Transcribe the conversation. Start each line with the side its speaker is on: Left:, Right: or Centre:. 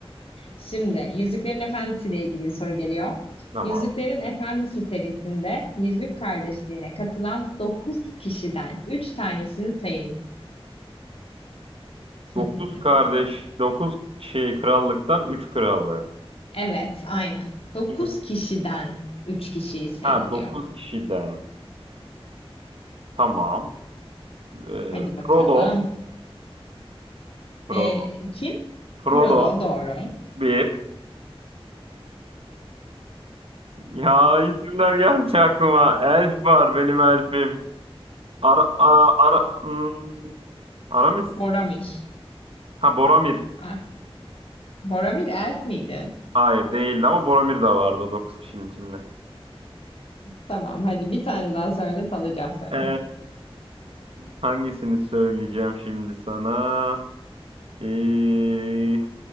Left: şimdi Yüzüklerin Efendisi ile ilgili bir soru geliyor.
Right: Tamam.
Left: Yüzüklerin Efendisi serisinde Yüzük Kardeşliği'ne katılan 9 kişiden 3 tanesini sayın. <laughs>
Right: Dokuz kardeş, 9 şey krallıktan üç krallığı.
Left: Evet, aynen. 9
Right: İns-
Left: kişiden 3 kişiyi sayın
Right: Ha 9
Left: diyor.
Right: kişiden. Tamam. Ee,
Left: Hadi bakalım.
Right: Frodo, Frodo,
Left: Ee, kim?
Right: Frodo
Left: Frodo doğru.
Right: 1. Ya isimler gelmiyor aklıma. Elf var benim elfim. Ara, a- ara, hmm, Aramis.
Left: <laughs> Boromir.
Right: Ha Boromir.
Left: Ah, Boromir elf miydi?
Right: Hayır değildi ama Boromir de vardı o 9 kişinin içinde.
Left: Tamam hadi bir tane daha söyle salacağım sana.
Right: Ee, hangisini söyleyeceğim şimdi sana? Ee,